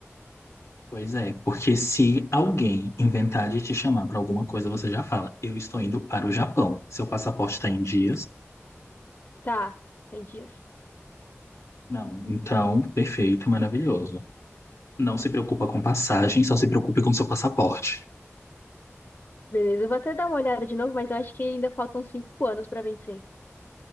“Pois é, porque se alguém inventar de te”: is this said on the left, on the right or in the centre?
Left